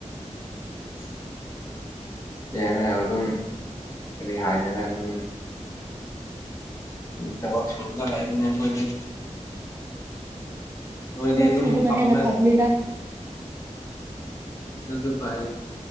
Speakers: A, on the left; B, on the right.
A: <inaudible> ꯌꯥꯅ ꯑꯗꯨꯝ ꯀꯔꯤ ꯍꯥꯏꯁꯤꯔꯦ ꯑꯗꯨꯝ ꯇꯕ ꯊꯗ ꯂꯥꯏꯕꯅꯦ ꯑꯣꯏꯣꯏꯗꯦ ꯅꯣꯏꯗꯤ
B: ꯊꯕꯛ
A: ꯑꯗꯨꯝ
B: ꯁꯨꯕꯅ
A: ꯊꯝꯅ
B: ꯍꯦꯟꯅ ꯐꯕꯅꯤꯗ
A: ꯁꯨ ꯐꯥꯏꯦ